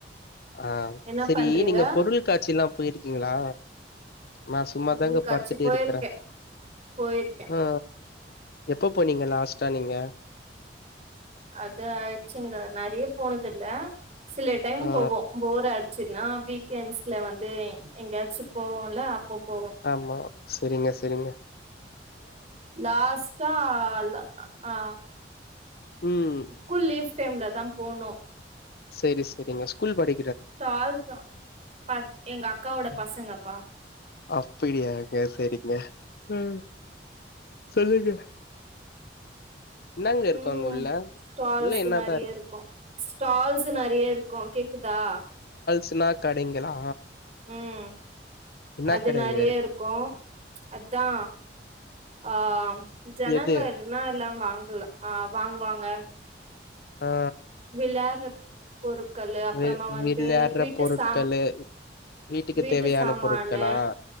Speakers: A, on the left; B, on the right.
A: ஆ
B: என்ன
A: செரி
B: பண்றீங்க
A: நீங்க பொருள் சிலா போயிருக்கீங்களா நா சும்மாதாங்க
B: அருள்காட்சி
A: படுத்துட்டு
B: போயிருக்கே
A: இருக்குற
B: போயிருக்கே
A: ஆ எப்ப போனீங்க லாஸ்டா நீங்க
B: அது ஆய்ச்சுங்க நறய போனது இல்ல சில டைம்
A: ஆ
B: போவோ போரா சுனா வீக்யென்ஸ்ல வந்து எங்கயாச்சு போவோல போவோ
A: ஆமா சேரிங்க சேரிங்க
B: லாஸ்டா ல ஆ ஆ
A: ம்
B: ஸ்கூல் லீஃப் டைம்லதா போனோ
A: சேரி சேரிங்க ஸ்கூல் படி
B: ஸ்டால்தா ப எங்க அக்காவோட பசங்கபா
A: அப்டியாங்க சேரிங்க ம் சொல்லுங்க என்னங்க இருக்கு
B: ம்
A: அங்க உள்ள
B: ஸ்டால்ஸு
A: உள்ள என்னதா
B: நெறைய இருக்கு ஸ்டால்ஸு நெறைய இருக்கு கேக்குதா
A: ஸ்னா கடைங்களா
B: ம்
A: என்ன
B: அது
A: கடைங்க
B: நெறைய இருக்கு அதா ஆ ம் ஜனங்கள்னா
A: எது
B: எல்லா வாங் <unintelligible> ஆ வாங்கு வாங்க
A: ஆ
B: வெளாரப் ஒரு கல்லு அப்புறமா
A: வி
B: வந்து
A: விளையாடுற
B: வீட்டு
A: பொருட்களு
B: சம்
A: வீட்டுக்கு
B: வீட்டு
A: தேவையான
B: சமானு
A: பொருட்களா